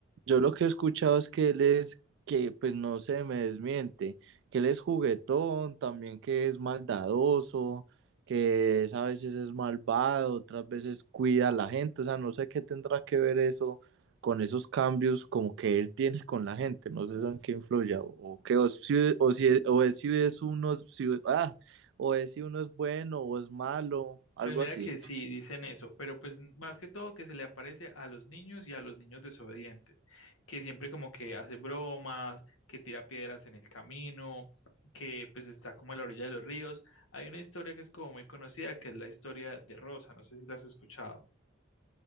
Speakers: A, on the right; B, on the left.
A: Yo lo que he escuchado es que él es, que pues no se me desmiente, que él es juguetón, también que es maldadoso, que es, a veces es malvado, otras veces cuida a la gente, o sea, no sé qué tendrá que ver eso con esos cambios como que él tiene con la gente, no sé eso en qué influye, o, o que o si, o si, o es, si es uno, si, ah, o es si uno es bueno o es malo, algo
B: Pues mira
A: así.
B: que sí, dicen eso, pero pues más que todo que se le aparece a los niños y a los niños desobedientes, que siempre como que hace bromas, que tira piedras en el camino, que pues está como a la orilla de los ríos. Hay una historia que es como muy conocida, que es la historia de Rosa, no sé si la has escuchado.